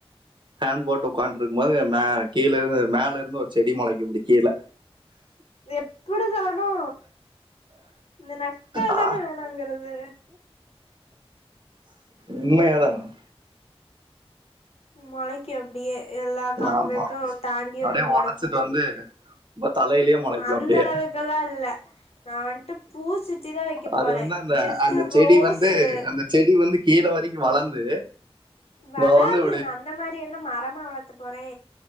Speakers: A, on the right (about 50°); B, on the left (about 75°).
A: ஃபேன் போட்டு உட்கான்ட்ருக்கும் போது மே கீழ இருந்து மேல இருந்து ஒரு செடி மொளைக்கு இப்டி கீழ
B: எப்புடிதானோ இந்த நக்கல்
A: ஆ,
B: தானே வேணாங்கிறது
A: உண்மையாத மேம்
B: மொளைக்கு அப்டியே எல்லா காங்ரெட்டு
A: ஆமா
B: தாண்டி
A: அப்படியே
B: வந்து மொளைக்கிது
A: உடைச்சிட்டு வந்து இப்ப தலையிலயே முளைக்கும்
B: அந்த
A: அப்படியே
B: அளவுக்குல்லா இல்ல நா வந்ட்டு பூச் செடி தா வைக்க
A: அது
B: போற
A: வந்து அந்த
B: ஜஸ்ட்டு
A: அந்த செடி
B: ரோஸ்ஸு
A: வந்து அந்த செடி வந்து கீழ வரைக்கு வளர்ந்து
B: வராது
A: இவன் வந்து
B: நா அந்த மாரி என்ன மரமா வளர்த்த போறே